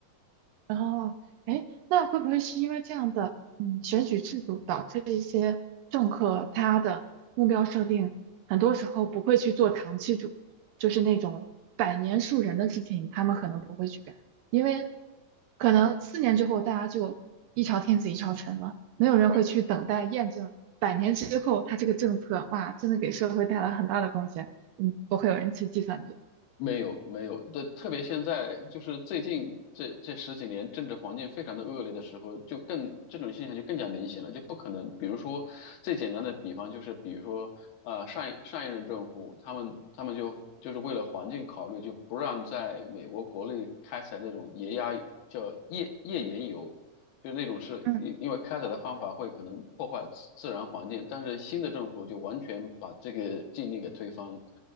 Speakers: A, on the right; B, on the left.
A: 然后，哎，那会不会是因为这样的，嗯，选举制度导致一些政客他的目标设定很多时候不会去做长期主义，就是那种百年树人的事情，他们可能不会去干，因为可能四年之后大家就一朝天子一朝臣了，没有人会去等待验证百年之后他这个政策，
B: 对
A: 哇，真的给社会带来很大的贡献，嗯，不会有人去计算这个。
B: 没有没有，对，特别现在就是最近这这十几年政治环境非常的恶劣的时候，就更这种现象就更加明显了，就不可能。比如说最简单的比方就是，比如说呃上一上一任政府他们他们就就是为了环境考虑，就不让在美国国内开采那种页压叫页页岩油。就那种是因因为开采的方法会可能破坏自自然环境，
A: 嗯
B: 但是新的政府就完全把这个禁令给推翻，